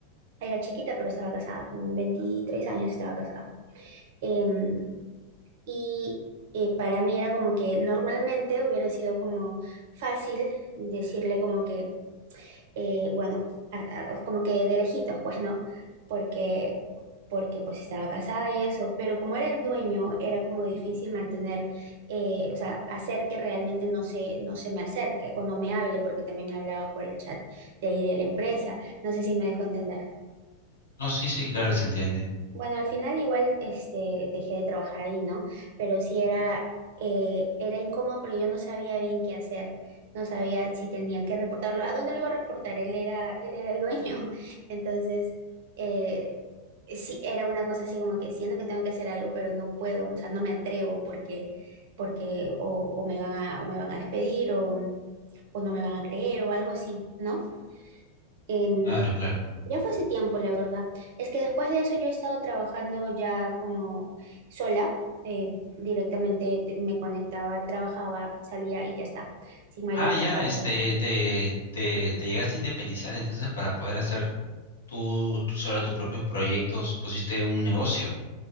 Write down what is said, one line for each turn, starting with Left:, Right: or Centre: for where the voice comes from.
Right: Era chiquita, pero estaba casada, con 23 años estaba casada. Em, y eh, para mí era como que normalmente hubiera sido como fácil decirle como que eh, bueno, a- a- como que de lejitos, pues no, porque, porque pues estaba casada y eso, pero como era el dueño, era como difícil mantener, eh, o sea, hacer que realmente no se, no se me acerque o no me hable, porque también me hablaba por el chat de ahí de la empresa, no sé si me dejó entender.
Left: No, sí, sí, claro, se entiende.
Right: Bueno, al final igual este, dejé de trabajar ahí, ¿no? Pero sí era, eh, era incómodo porque yo no sabía bien qué hacer. No sabía si tenía que reportarlo. ¿A dónde lo iba a reportar? Él era, él era el dueño. <laughs> Entonces, eh, sí, era una cosa así como que siento que tengo que hacer algo, pero no puedo, o sea, no me atrevo porque, porque o, o me van a, o me van a despedir o, o no me van a creer o algo así, ¿no? Em,
Left: Claro, claro.
Right: ya fue hace tiempo, la verdad. Es que después de eso yo he estado trabajando ya como sola, eh, directamente te- me conectaba, trabajaba, salía y ya está, sin mayor
Left: Ah,
Right: contacto.
Left: ya, este, te, te, te llegaste a independizar entonces para poder hacer tú, tú sobre tus propios proyectos pusiste un negocio.